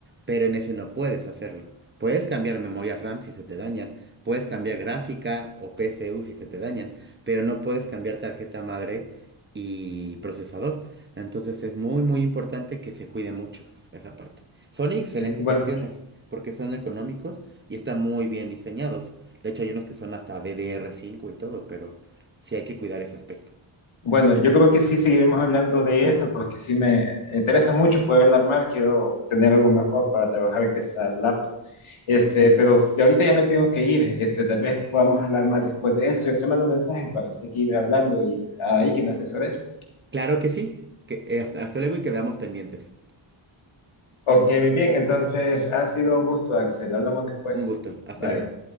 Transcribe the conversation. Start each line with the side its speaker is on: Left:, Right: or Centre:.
Right: Pero en ese no puedes hacerlo. Puedes cambiar memoria RAM si se te dañan, puedes cambiar gráfica o PCU si se te dañan, pero no puedes cambiar tarjeta madre y procesador. Entonces es muy, muy importante que se cuide mucho esa parte. Son excelentes
Left: Eh, bueno,
Right: opciones porque son económicos y están muy bien diseñados. De hecho, hay unos que son hasta DDR5 y todo, pero sí hay que cuidar ese aspecto.
Left: Bueno, yo creo que sí seguiremos hablando de esto porque sí me interesa mucho poder armar, quiero tener algo mejor para trabajar que esta laptop. Este, pero ahorita ya me tengo que ir, este, tal vez podamos hablar más después de esto. Yo te mando mensaje para seguir hablando y ahí que me asesores.
Right: Claro que sí. Que, eh, hasta, hasta luego y quedamos pendientes.
Left: Ok, muy bien, entonces ha sido un gusto, Axel, hablamos después.
Right: Un gusto. Hasta
Left: Bye.
Right: luego.